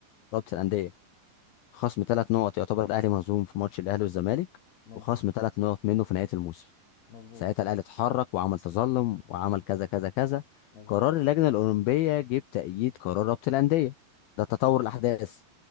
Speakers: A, on the left; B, on the left.
A: رابطه الانديه خصم ثلاث نقط يعتبر الاهلي مهزوم في ماتش الاهلي والزمالك
B: مظبوط
A: وخصم ثلاث نقط منه في نهايه الموسم
B: مظبوط
A: ساعتها الاهلي اتحرك وعمل تظلم وعمل كذا كذا كذا
B: مظبوط
A: قرار اللجنه الاولمبيه جه بتأييد قرار رابطه الانديه ده تطور
B: تمام
A: الاحداث